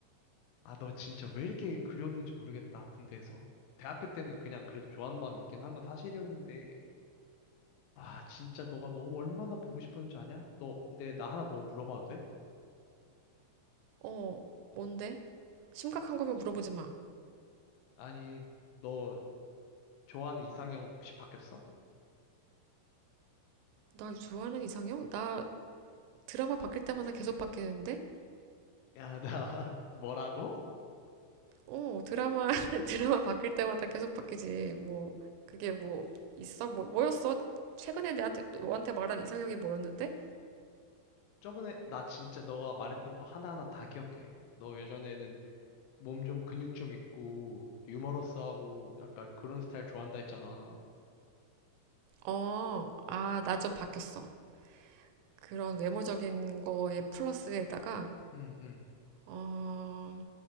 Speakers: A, on the left; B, on the right.
A: 아, 너 진짜 왜 이렇게 그리웠는지 모르겠다. 군대에서. 대학교 때는 그냥 그래도 좋아하는 마음이 있긴 한 건 사실이었는데 아, 진짜 너가 너무 얼마나 보고 싶었는지 아냐? 너 근데 나 하나 뭐 물어봐도 돼?
B: 어, 뭔데? 심각한 거면 물어보지 마.
A: 아니, 너 좋아하는 이상형 혹시 바뀌었어?
B: 나 좋아하는 이상형? 나 드라마 바뀔 때마다 계속 바뀌는데?
A: 야, 나 <laughs> 뭐라고?
B: 어, 드라마, <laughs> 드라마 바뀔 때마다 계속 바뀌지. 뭐, 그게 뭐, 있어? 뭐, 뭐였어? 최근에 내한테, 너한테 말한 이상형이 뭐였는데?
A: 저번에 나 진짜 너가 말했던 거 하나하나 다 기억해. 너 예전에는 몸 좀 근육 좀 있고 유머러스하고 약간 그런 스타일 좋아한다 했잖아.
B: 어, 아, 나 좀 바뀌었어. 그런 외모적인 거에 플러스에다가,
A: 응, 응.
B: 어,